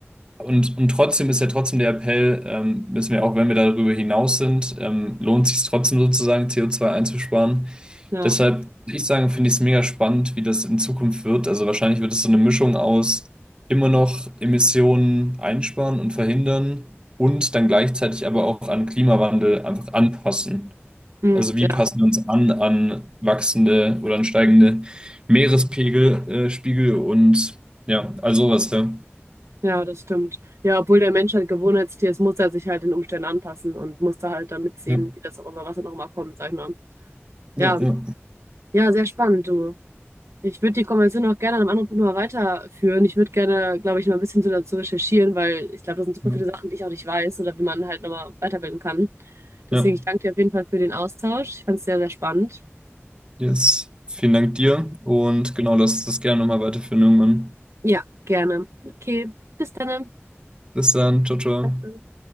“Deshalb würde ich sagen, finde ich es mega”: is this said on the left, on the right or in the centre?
Right